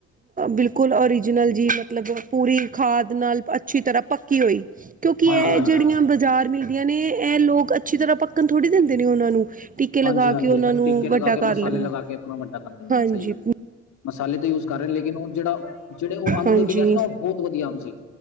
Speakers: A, on the right (about 25°); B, on the left (about 55°).
A: ਬਿਲਕੁਲ, ਓਰੀਜਨਲ ਜੀਹੀ ਮਤਲਬ ਪੂਰੀ ਖਾਦ ਨਾਲ ਅੱਛੀ ਤਰ੍ਹਾਂ ਪੱਕੀ ਹੋਈ। ਕਿਉਂਕਿ
B: ਹਾਂਜੀ
A: ਇਹ
B: ਹਾਂਜੀ
A: ਜਿਹੜੀਆਂ ਬਾਜ਼ਾਰ ਮਹੀਨ ਆਂ ਨੇ ਇਹ ਲੋਕ ਅੱਛੀ ਤਰ੍ਹਾਂ ਪੱਕਣ ਥੋੜ੍ਹੀ ਦਿੰਦੇ ਨੇ ਉਹਨਾਂ ਨੂੰ। ਟੀਕੇ ਲਗਾ
B: ਹਾਂਜੀ- ਹਾਂਜੀ
A: ਕੇ ਉਹਨਾਂ ਨੂੰ
B: ਟੀਕੇ ਲਗਾ
A: ਵੱਡਾ
B: ਕੇ,
A: ਕਰ
B: ਮਸਾਲੇ
A: ਲੈਂਦੇ,
B: ਲਗਾ ਕੇ ਆਪਣਾ ਵੱਡਾ ਕਰਦੇ
A: ਹਾਂਜੀ
B: ਸਹੀ ਗੱਲ। ਮਸਾਲੇ ਤੇ ਯੂ ਕਰਨ ਲੇਕਿਨ ਉਹ ਜਿਹੜਾ- ਜਿਹੜੇ ਉਹ ਅੰਬ
A: ਹਾਂਜੀ
B: ਦੇ ਕੇ ਗਿਆ ਸੀ ਨਾ ਉਹ ਬਹੁਤ ਵਧੀਆ ਅੰਬ ਸੀ।